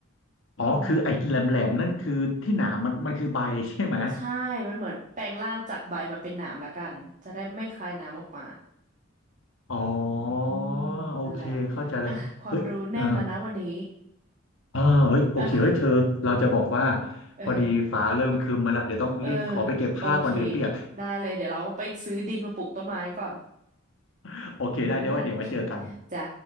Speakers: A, on the left; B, on the right.
A: อ๋อคือไอ้แหลมแหลมนั่นคือที่หนามมันมันคือใบใช่ไหม
B: อืม ใช่ มันเหมือนแปลงร่างจากใบมาเป็นหนามละกัน จะได้ไม่คายน้ำออกมา
A: อ๋อ
B: อืม
A: โอเคเข้าใจแล้วเฮ้ยเออ
B: นั่นแหละอ่ะความรู้แน่นแล้วนะวันนี้
A: อ่าเอ้ยโอเคเฮ้ยเธอเราจะบอกว่า
B: อ่ะเออ
A: พอดีฟ้าเริ่มครึ้มมาละ เดี๋ยวต้องรีบขอไปเก็บผ้าก่อนเดี๋ยวเปียก
B: เออ โอเค ได้เลย เดี๋ยวเราก็ไปซื้อดินมาปลูกต้นไม้ก่อน
A: <laughs> โอเคได้เดี๋ยวว่าเดี๋ยวไว้เจอกัน
B: อ่าโอเคจ้า